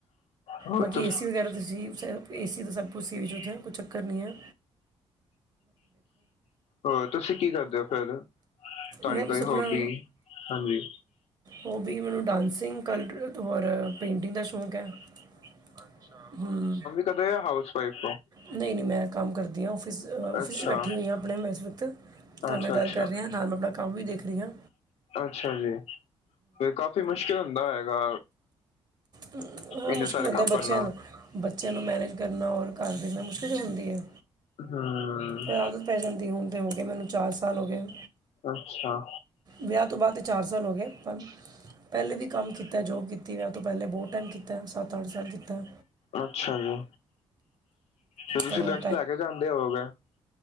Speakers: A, on the left; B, on the right.
A: ਹੋਰ
B: ਬਾਕੀ
A: ਤੁਸ
B: ਏਸੀ ਵਗੈਰਾ ਤਾਂ ਸੀ, ਏ ਸੀ ਤਾਂ ਸਭ ਕੁਛ ਸੀ ਉੱਥੇ ਕੋਈ ਚੱਕਰ ਨੀਂ ਏਂ।
A: ਅ ਹੋਰ ਤੁਸੀ ਕੀ ਕਰਦੇ ਓ ਫਿਰ। ਤੁਹਾਡੀ
B: ਮੈਂ
A: ਕੋਈ
B: ਬਸ
A: ਹੋਬੀ,
B: ਆਪਣਾ
A: ਹਾਜੀ।
B: ਹੋਬੀ ਮੈਨੂੰ ਡਾਸਿੰਗ ਕਰ ਹੋਰ ਪੇਟਿੰਗ ਦਾ ਸ਼ੌਕ ਐ, ਅੱਛਾ-ਹੂੰ।
A: ਤਦੇ ਹਊਸ ਵਾਈਫ ਤੋ
B: ਨਹੀ- ਨਹੀ ਮੈ ਕੰਮ ਕਰਦੀ ਆ, ਔਫਿਸ- ਔਫਿਸ
A: ਅੱਛਾ
B: ਚ ਬੈਠੀ ਹੋਈ ਆ ਮੈ ਆਪਣੇ ਏਸ ਵਕਤ ਤੁਹਾਡੇ
A: ਅੱਛਾ
B: ਨਾਲ ਗੱਲ
A: ਅੱਛਾ
B: ਕਰ ਰੀ ਆ, ਨਾਲ ਮੈ ਆਪਣਾ ਕੰਮ ਵੀ ਦੇਖ ਰੀ ਆ।
A: ਅੱਛਾ ਜੀ, ਫਿਰ ਕਾਫੀ ਮੁਸ਼ਕਿਲ ਹੁੰਦਾ ਹੋਏਗਾ।
B: ਹੁੰ ਬੜਾ
A: ਇੰਨੇ
B: ਮੁਸ਼ਕਿਲ
A: ਸਾਰੇ
B: ਹੁੰਦਾ
A: ਕੰਮ
B: ਬੱਚਿਆ
A: ਕਰਨਾ
B: ਨੂੰ ਬੱਚਿਆ ਨੂੰ ਮੈਨੇਜ ਕਰਨਾ ਔਰ ਘਰ ਦੇਖਣਾ ਮੁਸ਼ਕਿਲ ਤੇ ਹੁੰਦੀ ਏ
A: ਹੂੰ
B: ਐਹ ਆਦਤ ਪੈ ਜਾਂਦੀ ਏ, ਹੁਣ ਤੇ ਹੋ ਗਏ ਮੈਨੂੰ ਚਾਰ ਸਾਲ ਹੋ ਗਏ।
A: ਅੱਛਾ
B: ਵਿਆਹ ਤੋਂ ਬਾਅਦ ਤੇ ਚਾਰ ਸਾਲ ਹੋ ਗਏ ਪੰਜ ਪਹਿਲੇ ਵੀ ਕੰਮ ਕੀਤਾ ਜੋਬ ਕੀਤੀ ਵਿਆਹ ਤੋਂ ਪਹਿਲੇ ਬੋਤ ਟਾਈਮ ਕੀਤੈ, ਸੱਤ-ਅੱਠ ਸਾਲ ਕੀਤੈ।
A: ਅੱਛਾ-ਜੀ, ਫਿਰ ਤੁਸੀ
B: ਪਰ
A: ਲੰਚ
B: ਉਹ
A: ਤੇ ਆ ਕੇ ਕਰੰਦੇ ਹੋਗੇ